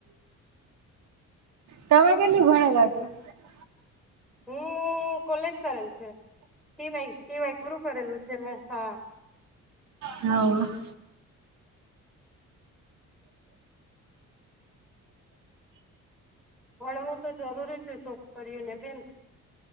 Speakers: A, on the right; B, in the centre.
A: તમે કેટલું ભણેલા? <unintelligible>
B: હું, કોલેજ કરેલ છે. ટી વાય, ટી વાય પૂરું કરેલું છે મેં, હા.
A: હવ.
B: ભણવું તો જરૂરી છે છોકરીઓને બેન